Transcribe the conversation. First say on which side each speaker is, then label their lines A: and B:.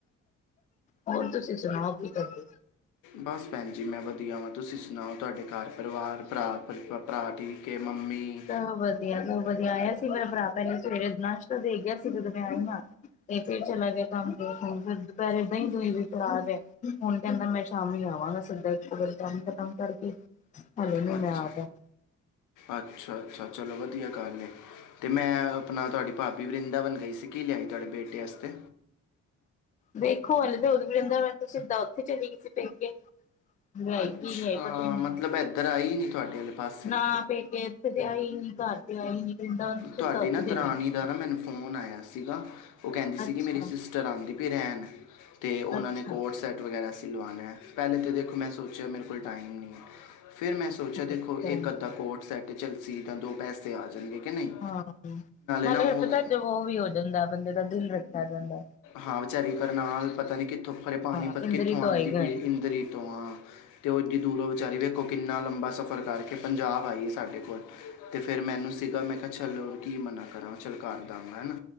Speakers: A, on the left; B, on the left.
A: ਹੋਰ ਤੁਸੀਂ ਸੁਣਾਓ ਕੀ ਕਰਦੇ ਹੋ
B: ਬਸ ਭੈਣ ਜੀ ਮੈਂ ਵਧੀਆ ਵਾਂ ਤੁਸੀਂ ਸੁਣਾਓ ਤੁਹਾਡੇ ਘਰ ਪਰਿਵਾਰ ਭਰਾ ਭਰਾ ਠ ਕਿ ਮੰਮੀ
A: ਹੋ ਵਧੀਆ ਤ ਵਧੀਆ ਆਇਆ ਸੀ ਮੇਰਾ ਭਰਾ ਪਹਿਲੇ ਸਵੇਰੇ ਨਸ਼ਤਾ ਦੇ ਗਿਆ ਸੀ ਜਦੋਂ ਮੈਂ ਆਈ ਹਾਂ ਤੇ ਫੇਰ ਚਲਾ ਗਿਆ ਕੰਮ ਤੇ ਹੁਣ ਫਿਰ ਦੁਪਹਿਰੇ ਏਦਾਂ ਹੀ ਦਈ ਦੂਈ ਵੀ ਫੜਾ ਗਿਆ ਹੁਣ ਕਹਿੰਦਾ ਮੈਂ ਸ਼ਾਮੀ ਆਵਾਂਗਾ ਸਿੱਧਾ ਇਥੇ ਫੇਰ ਕੰਮ ਖਤਮ ਕਰਕੇ ਹਲੇ ਨੀ
B: ਹਾਜੀ
A: ਮੈਂ ਆ ਰਿਹਾ
B: ਅੱਛਾ ਅੱਛਾ ਅੱਛਾ ਚਲੋ ਵਧੀਆ ਗੱਲ ਹੈ ਤੇ ਮੈਂ ਆਪਣਾ ਤੁਹਾਡੀ ਭਾਬੀ ਵਰਿੰਦਾ ਬਨ ਗਈ ਸੀ ਕਿ ਲਿਆਈ ਤੁਹਾਡੇ ਬੇਟੇ ਵਾਸਤੇ
A: ਦੇਖੋ ਹਲੇ ਤੇ ਉਹਦ ਵਰਿੰਦਾਬਨ ਤੋ ਸੀਦਾ ਉੱਥੇ ਚਲੀ ਗਏ ਸੀ ਪੇਕੇ ਲਿਆਈ
B: ਅੱਛਾ
A: ਕੀ ਲਿਆਈ ਪਤਾ ਨੀ ਮੈਨੂੰ,
B: ਮਤਲਬ ਇੱਧਰ ਆਈ ਨਹੀਂ ਤੁਹਾਡੇ ਵਾਲੇ ਪਾਸੇ
A: ਨਾ ਪੇਕੇ ਏਥੇ ਤੇ ਆਈ ਨੀ ਘਰ ਤੇ ਆਈ ਨੀ ਵ੍ਰਿੰਦਾਵਨ ਤੇ
B: ਤੁਹਾਡੀ
A: ਸਿੱਧਾ ਉੱਥੇ
B: ਨਾ
A: ਚਲੀ
B: ਦਰਾਣੀ
A: ਗਈ
B: ਦਾ ਨਾ ਮੈਨੂੰ ਫ਼ੋਨ ਆਇਆ ਸੀਗਾ ਉਹ ਕਹਿੰਦੀ ਸੀਗੀ
A: ਅੱਛਾ
B: ਮੇਰੀ ਸਿਸ ਸਿਸਟਰ ਆਉਦੀ ਪ ਰਹਿਣ ਤੇ ਉਹਨਾਂ
A: ਅੱਛਾ
B: ਨੇ ਕੋਟ ਸੈਟ ਵਗੈਰਾ ਸਿਲਵਾਣਾ ਏ ਪਹਿਲੇ ਤੋ ਦੇਖੋ ਮੈਂ ਸੋਚਿਆ ਮੇਰੇ ਕੋਲ ਟਾਈਮ ਨਹੀਂ ਫਿਰ ਮੈਂ ਸੋਚ ਸੋਚਿਆ
A: ਅੱਛਾ
B: ਦੇਖੋ ਇੱਕ ਅੱਧਾ ਕੋਟ ਸੈੱਟ ਚੱਲ ਸੀਦਾ ਦੋ ਪੈਸੇ ਆ ਜਾਣਗੇ ਕਿ ਨਹੀਂ
A: ਹਾਂ ਨਾਲੇ
B: ਨਾ ਉਹ
A: ਇਹ ਪਤਾ ਜ ਉਹ ਵੀ ਹੋ ਜਾਂਦਾ ਬੰਦੇ ਦਾ ਦਿਲ ਰੱਖਿਆ ਜਾਂਦਾ
B: ਹਾਂ ਵਿਚਾਰੀ ਕਰਨਨਾਲ ਪਤਾ ਨੀ ਕਿੱਥੋਂ ਖਰੇ ਪਾਣੀਪਤ
A: ਹਾਂ ਇੰਦਰੀ
B: ਕਿੱਥੋਂ
A: ਤੋਂ
B: ਆਉਂਦੀ
A: ਆਈ ਗਏ
B: ਪੀ ਇੰਦਰੀ ਤੋਂ ਹਾਂ ਤੇ ਉਹ ਇਡੀ ਦੂਰੋਂ ਵਿਚਾਰੀ ਵੇਖੋ ਕਿੰਨਾ ਲੰਬਾ ਸਫ਼ਰ ਕਰਕੇ ਪੰਜਾਬ ਆਈਏ ਸਾਡੇ ਕੋਲ ਅਤੇ ਫਿਰ ਮੈਨੂੰ ਸੀਗਾ ਮੈਂ ਕਿਹਾ ਚੱਲੋ ਕੀ ਮੰਨਾ ਕਰਾ ਚੱਲ ਕਰਦਾਗਾ ਹਨਾ